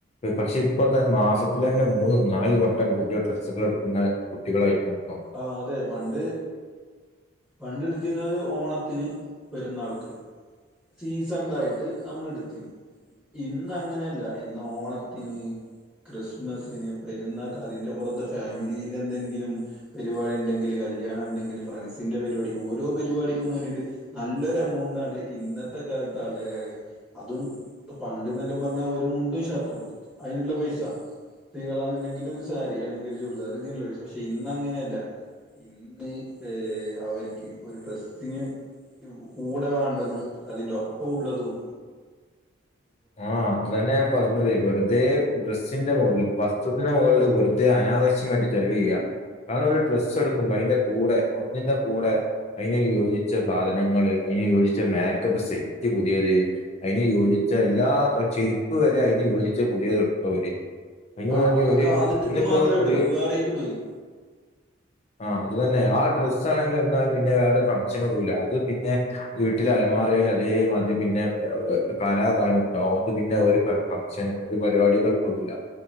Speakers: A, on the left; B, in the centre.
A: പക്ഷെ ഇപ്പൊ മാസത്തില തന്നെ മൂന്നും നാല് വട്ടംൊക്കെ പുതിയ ഡ്രസ്സുകൾ എടുക്കുന്ന കുട്ടികളായിരിക്കണം
B: ആഹ അതെ പണ്ട് പണ്ട്ടുത്ത് റ്റുന്നത് ഓണത്തിന് പെരുന്നാൾക്ക് സീസണില ആായിട്ട് നമ്മൾ എടുത്തിും ഇന്ന അങ്ങനെയല്ല ഇന്ന് ഓണത്തിന് ക്രിസ്മസിന് പെരുന്നാ അതിന്റെ പുറത്ത് ഫാമിലിൽ എന്തെങ്കിലും പരിപാടി ഉണ്ടെങ്കിൽ കല്യാണം ഉണ്ടെങ്കിൽ ഫ്രണ്ട്സിന്റെ പരിപാടി ഓരോ പരിപാടിക്കും വേണ്ടിയിട്ട് നല്ലൊരു എമൗണ്ട് എണ് ഇന്നത്തെ കാലത്ത് ആൾക്കാര കെ അതും പണ്ടെന്നെല്ലാം പറഞ്ഞാ ഒരു മുണ്ടും ഷർട്ടും അതിനുള്ള പൈസ ശ്രീകള എന്നുണ്ടെങ്കിൽ ഒരു സാരി അല്ലെങ്കിൽ ഒരു ചൂരിദാർ ഇതിനുള്ള പൈസ പക്ഷെ ഇന്ന അങ്ങനെ ഇന്ന് ഏ അവർക്ക് ഒരു ഡ്രസിന് കൂടെ വേണ്ടതും അതിന്റെ ഒപ്പംള്ളതും
A: ആഹ അത്തന്നെ പറഞ്ഞത്േ വെറുതെ ഡ്രെസിന്റെ മുകളിൽ വസ്ത്രത്തിന്റെ മുകളിൽ വെറുതെ അനാവശ്യമായിട്ട് ചെലവ ചെയ്യുക കാരണം ഒരു ഡ്രസ്സ് എടുക്കുമ്പോ അതിന്റെ കൂടെ ഒന്നിന്റെ കൂടെ അതിനെ യോജിച്ച സാധനങ്ങള്ൾ അതിനന് യോജിച്ച മാക്കപ്പ് സെറ്റ് പുതിയത് അതിനന് യോജി എല്ലാ ചെരുപ്പ് വരെ അതിന് യോജിച്ച് പുതിയത്ൊടുക്കവര് അതിനന്ുവേണ്ടി
B: ആ
A: ഒരു
B: അത് ആദ്യക്ക്
A: ഇന്നിപ്പോൊ
B: മാത്രമേ ഇടൂ
A: ഒരു
B: അത് വേറേക്ക് ഇടൂല
A: ആഹ അത്തന്നെ ആ ഡ്രസ്സ് ആണെങ്കിൽ ഒാ പിന്നെ വേറെ ഫംഗ്ഷൻ ഇടൂല അത് പിന്നെ വീട്ടിൽ അരമാറയിൽ അതേ മതി പിന്നെ പിന്നെ കലാകാലം ഉണ്ടാവും അത് പിന്നെ ഒരു ഭച്ചന ഒരു പരിപാടികൾക്കടൂല